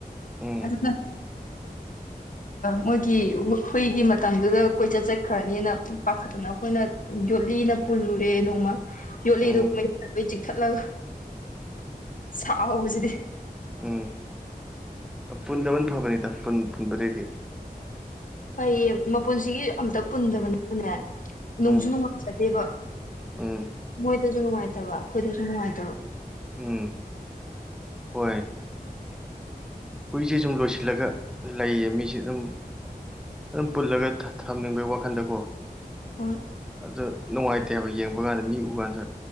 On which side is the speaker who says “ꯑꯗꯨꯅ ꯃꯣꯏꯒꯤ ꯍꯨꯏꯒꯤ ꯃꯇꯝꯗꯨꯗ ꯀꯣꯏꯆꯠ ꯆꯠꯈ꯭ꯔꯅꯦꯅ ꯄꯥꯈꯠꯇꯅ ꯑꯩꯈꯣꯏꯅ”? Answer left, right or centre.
Left